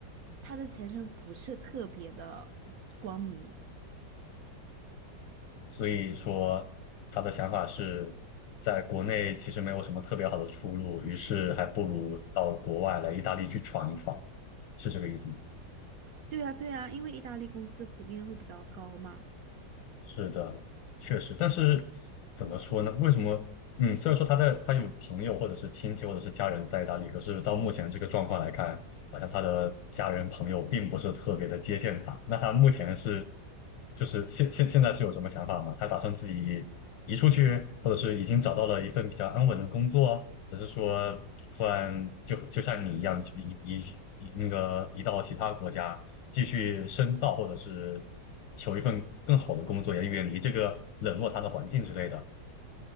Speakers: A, on the right; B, on the left.
A: 他的前程不是特别的光明。
B: 所以说他的想法是，在国内其实没有什么特别好的出路，于是还不如到国外来意大利去闯一闯，是这个意思吗？
A: 对呀，对呀，因为意大利工资普遍会比较高嘛。
B: 是的，确实，但是怎么说呢？为什么？嗯，虽然说他在他有朋友或者是亲戚或者是家人在意大利，可是到目前这个状况来看，好像他的家人朋友并不是特别的接见他。那他目前是，就是现现现在是有什么想法吗？他打算自己移出去，或者是已经找到了一份比较安稳的工作啊还是说打算就就像你一样移移移那个移到其他国家，继续深造，或者是求一份更好的工作，也远离这个冷落他的环境之类的。